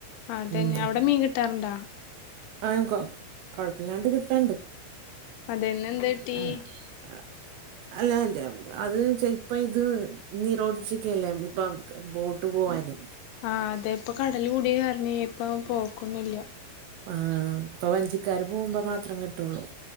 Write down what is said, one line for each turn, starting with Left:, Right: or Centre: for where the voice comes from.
Left: അതന്നെ
Right: ഉം
Left: അവിടെ മീൻ കിട്ടാറുണ്ടോ
Right: ആ കൊ കുഴപ്പമില്ലാതെ കിട്ടുണ്ട്
Left: അതന്നെ എന്ത് കിട്ടി
Right: ആഹ് ആഹ് അല്ല അത് <unintelligible> ഇത് നിരോധിച്ചിക്കല്ലേ ഇപ്പ ബോട്ട് പോവാന്
Left: ആഹ് അതെ ഇപ്പ കടലു കൂടിയകാരണേ ഇപ്പ പോക്കൊന്നുല്ല്യ
Right: ആഹ് അപ്പൊ വഞ്ചിക്കാര് പോകുമ്പ മാത്രം കിട്ടുള്ളൂ